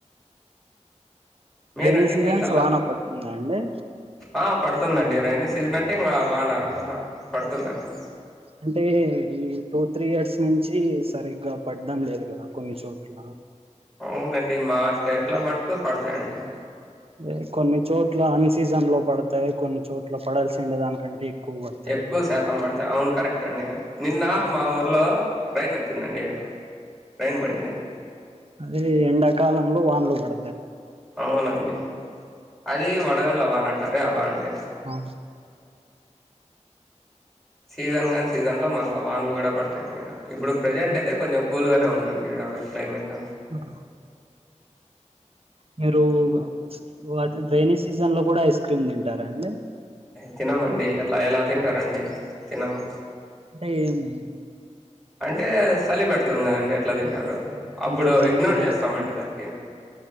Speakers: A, in the centre; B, on the right (about 50°).
A: మీరండి
B: రెయినీ సీజన్స్
A: మీకల్లా
B: వాన పడుతుందా అండి
A: ఆ పడుతుందండి రెయినీ సీజన్ అంటే ఇంకా వాన పడుతుందండి
B: అంటే ఈ టూ త్రీ ఇయర్స్ నుంచి సరిగ్గా పడ్డం లేదు కదా కొన్ని చోట్ల
A: అవునండి మా స్టేట్ లో మటుకు పడతాయండి
B: దే కొన్ని చోట్ల అన్ సీజన్ లో పడతాయి కొన్ని చోట్ల పడాల్సిండే దానికంటే ఎక్కువ పడతాయి
A: ఎక్కువ
B: అలా
A: శాతం పడితే అవును కరెక్ట్ అండి నిన్న
B: ఆ
A: మా ఊర్లో రెయిన్ వచ్చిందండి రైన్ పడింది
B: అదే ఎండాకాలంలో వానలు పడ
A: అవునండి అది వడగండ్ల వాన అంటారే అలా అండి
B: ఆ
A: సీజన్ గానీ సీజన్ లో మళ్ళా వానలు కూడా పడతాయి అండి ఈడ ఇప్పుడు ప్రెజెంట్
B: ఆ
A: అయితే కొంచెం కూల్ గానే ఉన్నా అండి ఈడ క్లైమేట్
B: ఆ మీరు వా రెైనీ సీజన్ లో కూడా ఐస్ క్రీమ్ తింటారా అండి
A: తినమండి అట్లా ఎలా తింటారండి తినము
B: అంటే ఏమే
A: అంటే చలి పెడుతుంది కదండి ఎట్లా తింటారు అప్పుడు
B: అంటే జలుబు
A: ఇగ్నోర్
B: చేస్తుంది
A: చేస్తామండి దానికి